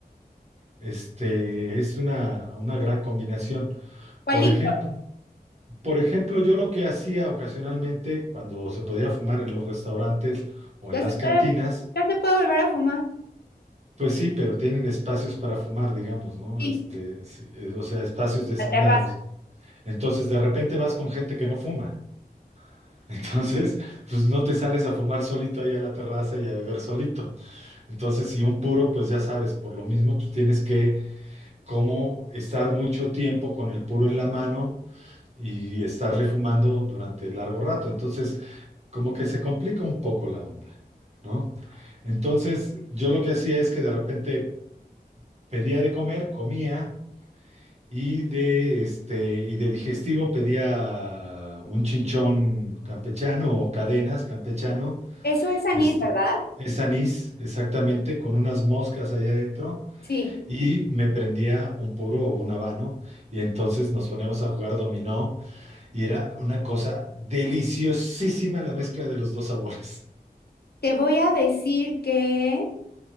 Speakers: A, on the right; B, on the left.
A: Este, es una, una gran combinación.
B: ¿Cuál
A: Por
B: licor?
A: ejemplo, por ejemplo, yo lo que hacía ocasionalmente cuando se podía fumar en los restaurantes o
B: Ya
A: en las
B: se
A: cantinas,
B: puede, ya se puede volver a fumar.
A: pues sí, pero tienen espacios para fumar, digamos, ¿no?
B: Sí,
A: Este, sí, eh, o sea, espacios designados.
B: la terraza.
A: Entonces, de repente vas con gente que no fuma. <laughs> Entonces, pues no te sales a fumar solito ahí a la terraza y a beber solito. Entonces, si un puro, pues ya sabes, por lo mismo, pues tienes que como estar mucho tiempo con el puro en la mano y estarle fumando durante largo rato. Entonces, como que se complica un poco la onda, ¿no? Entonces, yo lo que hacía es que de repente pedía de comer, comía y de este y de digestivo pedía un chinchón campechano o cadenas campechano,
B: Eso es anís,
A: este
B: ¿verdad?
A: Es anís, exactamente, con unas moscas allá adentro,
B: Sí.
A: y me prendía un puro o un habano, y entonces nos poníamos a jugar dominó, y era una cosa deliciosísima la mezcla de los dos sabores.
B: Te voy a decir que